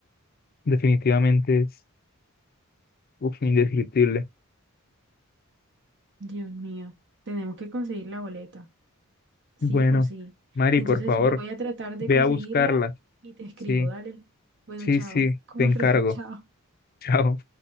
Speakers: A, on the left; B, on the right.
A: definitivamente es, uf, indescriptible.
B: Dios mío. Tenemos que conseguir la boleta. sí
A: Bueno,
B: o sí.
A: Mari,
B: Entonces
A: por favor,
B: voy a tratar de
A: ve
B: conseguirla
A: a buscarla.
B: y te escribo,
A: Sí,
B: dale. Bueno,
A: sí,
B: chao.
A: sí,
B: Como
A: te encargo.
B: re, <laughs> chao.
A: <laughs> Chao.